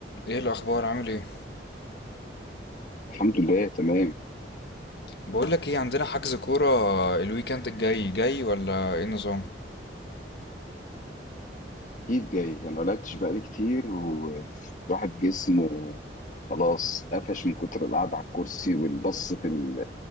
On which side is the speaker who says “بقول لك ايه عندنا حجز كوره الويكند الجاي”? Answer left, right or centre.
Left